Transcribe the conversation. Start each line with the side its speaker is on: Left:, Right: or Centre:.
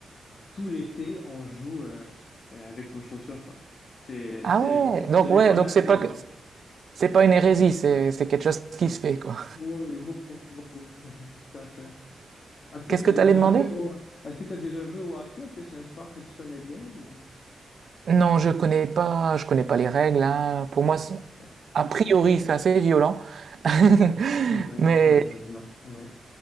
Left: tout l'été, on joue euh, euh, avec nos chaussures, quoi. C'est,
Right: Ah
Left: c'est,
Right: ouais, donc
Left: ça dépend
Right: ouais, donc
Left: de la
Right: c'est
Left: saison.
Right: pas que- c'est pas une hérésie, c'est c'est quelque chose qui se fait, quoi.
Left: Oui, oui, beaucoup, beaucoup. <laughs> Tout à fait. Est-ce que
Right: Qu'est-ce
Left: tu
Right: que
Left: as
Right: t'allais
Left: déjà
Right: demander?
Left: joué au, est-ce que tu déjà joué au hockey? Est-ce que c'est un sport que tu connais bien ou...
Right: Non, je connais pas, je connais pas les règles, hein. Pour
Left: Ah,
Right: moi, c'est-
Left: ok.
Right: a priori, c'est assez violent. <laughs>
Left: C'est vrai,
Right: Mais
Left: malheureusement. Oui,